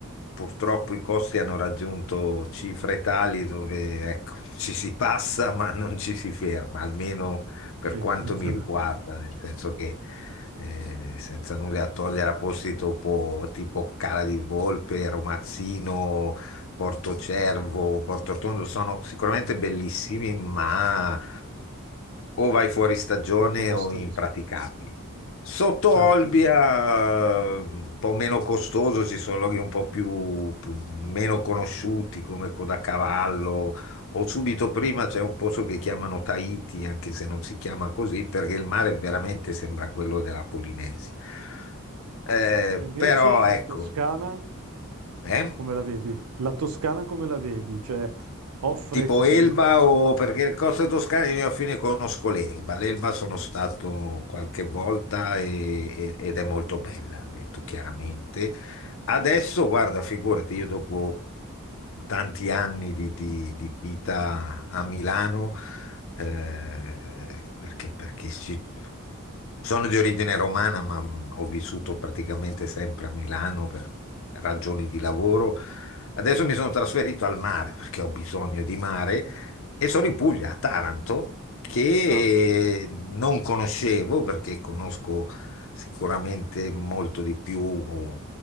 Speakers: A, on the left; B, on the right.
A: purtroppo i costi hanno raggiunto cifre tali dove, ecco, <laughs> ci si passa ma non ci si ferma, almeno per
B: Sì.
A: quanto
B: <laughs>
A: mi riguarda, nel senso che eh, senza nulla a togliere a posti topo- tipo Cala di Volpe, Romazzino, Porto Cervo, Porto Rotondo, sono sicuramente bellissimi, ma o vai fuori stagione
B: Molto costoso,
A: o impraticabili. Sotto
B: certo.
A: Olbia, eh, un po' meno costoso, ci sono loghi un po' più, più- meno conosciuti come Codacavallo o subito prima c'è un posto che chiamano Tahiti, anche se non si chiama così, perché il mare veramente sembra quello della Polinesi. Eh,
B: Invece
A: però ecco,
B: in Toscana,
A: eh?
B: come la vedi? La Toscana come la vedi? Cioè, offre
A: tipo
B: possibilità...
A: Elba o perché le coste toscane io a fine conosco l'Elba. L'Elba sono stato qualche volta e- e- ed è molto bella, detto chiaramente. Adesso, guarda, figurati, io dopo tanti anni di, di- di vita a Milano, eh, perché, perché ci, sono di origine romana, ma mh, ho vissuto praticamente sempre a Milano per ragioni di lavoro. Adesso mi sono trasferito al mare perché ho bisogno di mare e sono in Puglia, a Taranto, che
B: Ah.
A: non conoscevo perché conosco sicuramente molto di più